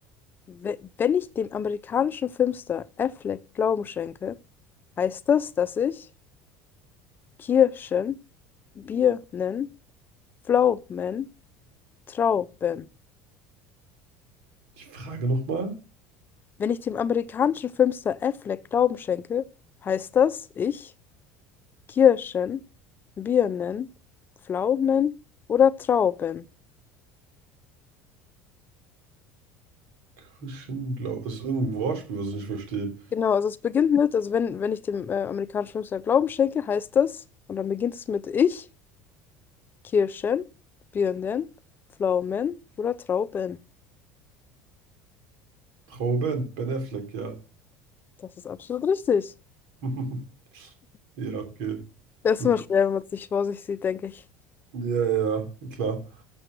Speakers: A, on the left (about 35°); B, on the right (about 75°).
A: We- Wenn ich dem amerikanischen Filmstar Affleck Glauben schenke, heißt das, dass ich Kirschen, Birnen, Pflaumen, Trauben.
B: Die Frage nochmal?
A: Wenn ich dem amerikanischen Filmstar Affleck Glauben schenke, heißt das, ich Kirschen, Birnen, Pflaumen oder Trauben.
B: Christian Blau. Das ist irgendein Wortspiel, was ich nicht verstehe.
A: Genau, also es beginnt mit, also wenn, wenn ich dem äh, amerikanischen Filmstar Glauben schenke, heißt das, und dann beginnt es mit ich, Kirschen, Birnen, Pflaumen oder Trauben.
B: Trauer Ben. Ben Affleck, ja.
A: Das ist absolut richtig.
B: <laughs> Ja, okay.
A: Das
B: Gut.
A: ist immer schwer, wenn man es nicht vor sich sieht, denke ich.
B: Ja, ja, klar.